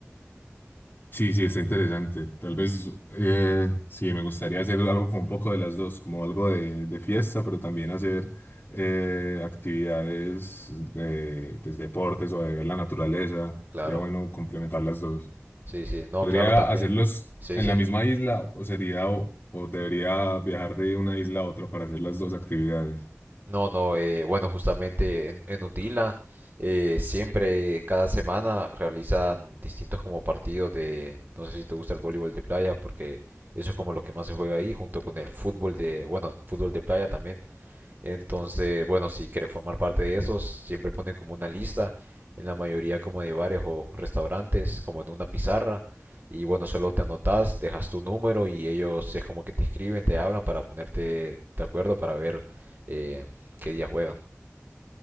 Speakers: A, on the left; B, on the right.
A: Sí, sí, está interesante. Tal vez, eh, sí, me gustaría hacer algo con un poco de las dos, como algo de, de fiesta, pero también hacer eh, actividades de pues, deportes o de ver la naturaleza.
B: Claro,
A: Sería bueno complementar las dos.
B: sí, sí, no,
A: ¿Podría
B: claro también,
A: hacerlos
B: sí,
A: en
B: sí.
A: la misma isla o sería o, o debería viajar de una isla a otra para hacer las dos actividades?
B: No, no, eh, bueno, justamente en, en Utila eh, siempre, cada semana realizan distintos como partidos de, no sé si te gusta el voleibol de playa, porque eso es como lo que más se juega ahí, junto con el fútbol de, bueno, fútbol de playa también. Entonces, bueno, si quieres formar parte de esos, siempre ponen como una lista, en la mayoría como de bares o restaurantes, como en una pizarra. Y bueno, solo te anotas, dejas tu número y ellos es como que te escriben, te hablan para ponerte de acuerdo para ver eh, qué día juegan.